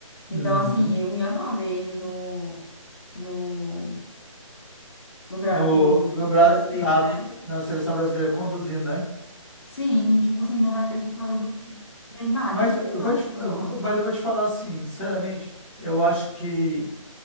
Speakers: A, on the left; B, in the centre.
A: Então,
B: uhum.
A: assim, eu ia amar ver ele no, no, no, Bra-
B: No,
A: no,
B: no,
A: no
B: Bra-
A: brasileiro,
B: na,
A: né?
B: na seleção brasileira conduzindo, né?
A: Sim, e, tipo assim, não vai ter por causa do Neymar.
B: Mas
A: Quem que
B: eu
A: é Neymar
B: vou te,
A: na produção?
B: eu vou- mas eu vou te falar assim, sinceramente, eu acho que